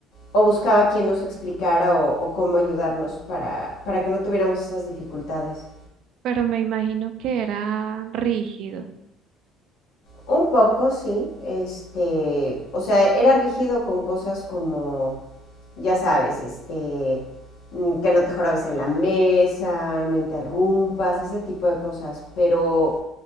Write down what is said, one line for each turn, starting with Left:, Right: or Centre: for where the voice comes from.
Left: o buscaba quien nos explicara o, o cómo ayudarnos para, para que no tuviéramos esas dificultades.
Right: pero me imagino que era rígido.
Left: Un poco, sí. Este, o sea, era rígido con cosas como, ya sabes, este, mm, que no te jorabes en la mesa, no interrumpas, ese tipo de cosas. Pero,